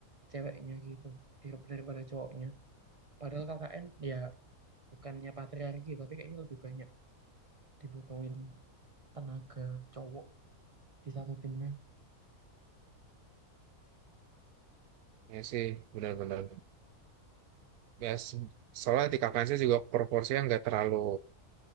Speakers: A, on the right; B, on the right.
A: ceweknya gitu dar- daripada cowoknya padahal KKN ya bukannya patriarki tapi kayaknya lebih banyak dibutuhin tenaga cowok di satu timnya
B: ya sih, benar-benar. ya se- soalnya di KKN juga proporsinya nggak terlalu